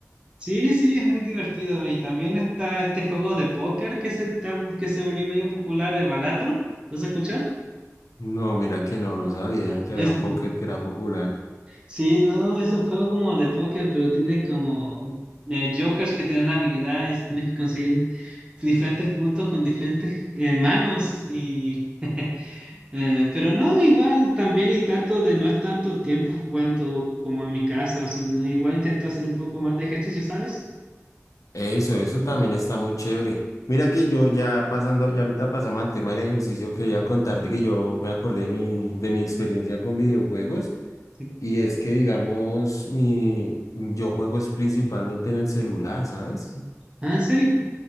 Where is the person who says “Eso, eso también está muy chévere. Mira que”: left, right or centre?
Left